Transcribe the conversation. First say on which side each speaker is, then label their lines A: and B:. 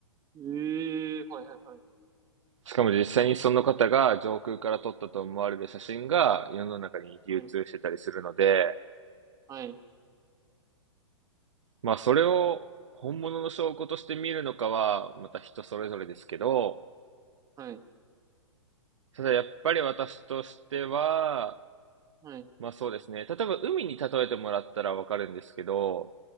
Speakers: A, on the right (about 20°); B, on the right (about 75°).
A: ええー、はいはいはい。
B: しかも実際にその方が上空から撮ったと思われる写真が世の中に流通してたりするので、
A: はい。はい。
B: まあ、それを本物の証拠として見るのかは、また人それぞれですけど、
A: はい。
B: ただやっぱり私としては、
A: はい。
B: まあそうですね。例えば海に例えてもらったらわかるんですけど、